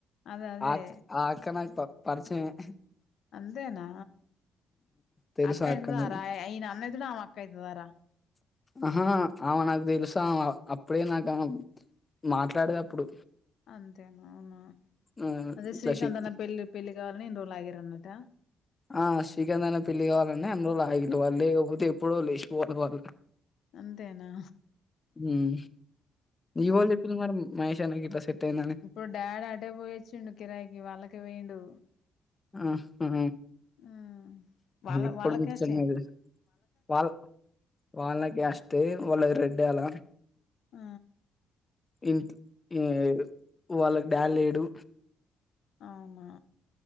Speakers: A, on the left (about 55°); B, on the left (about 15°).
A: అదే అదే
B: ఆ ఆ ఆక్క నాకు ప పరిచయమే
A: అంతేనా
B: తెలుసు
A: అక్క
B: ఆ
A: ఐతదారా
B: నాకు
A: ఈయన అన్నయితడు ఆమె అక్క అయితదారా
B: ఆహా ఆమ నాకు తెలుసామా అప్పుడే నాకామ మాట్లాడేది అప్పుడు
A: అంతేనా అవునా
B: ఆ
A: అదే
B: ఇట్లా
A: శ్రీకాంత్
B: సి
A: అన్న పెళ్ళి పెళ్లి కావాలని ఇన్ని రోజులు ఆగిరన్నట
B: ఆ శ్రీకాంత్ అన్న పెళ్లి కావాలనే అన్ని రోజులు ఆగిళ్ళు వాళ్ళు లేకపోతే ఎప్పుడో లేసిపోవు వాళ్ళు
A: అంతేనా
B: ఉమ్ నీకెవల్ చెప్పిళ్ళు మరి మహేశ్ అన్న గిట్ల సెట్ అయిందని?
A: ఇప్పుడు డాడి అటే పోయి వచ్చిండు కిరాయికి వాళ్ళకే పోయిండు
B: ఆహ
A: ఆ వాళ్ళ
B: ఎప్పుడు
A: వాళ్ళ
B: ముచ్చట్నో
A: కాస్టే
B: అది వాళ్ళ వాళ్ళ క్యాస్ట్ ఏ వాళ్ళది రెడ్యాల
A: ఆ
B: ఇంట్ ఈ వాళ్ళకి డాడీ లేడు
A: అవునా